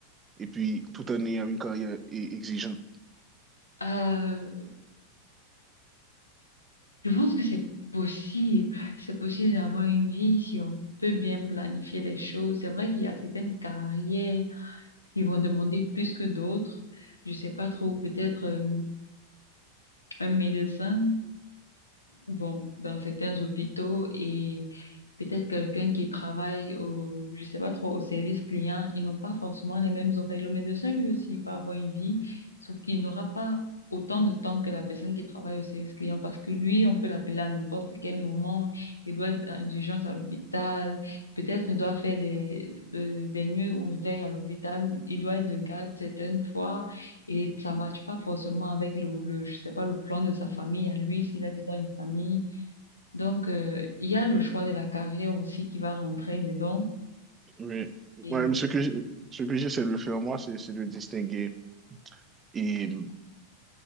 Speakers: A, on the right; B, on the left.
A: et puis tout en ayant une carrière et- exigeante?
B: Euh, Je pense que c'est possible. C'est possible d'avoir une vie si on peut bien planifier les choses. C'est vrai qu'il y a certaines carrières qui vont demander plus que d'autres. Je sais pas trop, peut-être euh, un médecin bon, dans certains hôpitaux et peut-être quelqu'un qui travaille au, je sais pas trop, au service client, ils n'ont pas forcément les mêmes oreilles. Le médecin, lui aussi, il peut avoir une vie, sauf qu'il n'aura pas autant de temps que la personne qui travaille au service client parce que lui, on peut l'appeler à n'importe quel moment. Il doit être d'urgence à l'hôpital. Peut-être il doit faire des, euh, des nuits où il veille à l'hôpital. Il doit être de garde certaines fois. Et ça matche pas forcément avec le, le, je sais pas, le plan de sa famille à lui, s'il a déjà une famille. Donc, euh, il y a le choix de la carrière aussi qui va rentrer dedans.
A: Oui.
B: Et
A: Ouais, mais ce que, j- ce que j'essaie de faire, moi, c'est c'est de distinguer et, hum,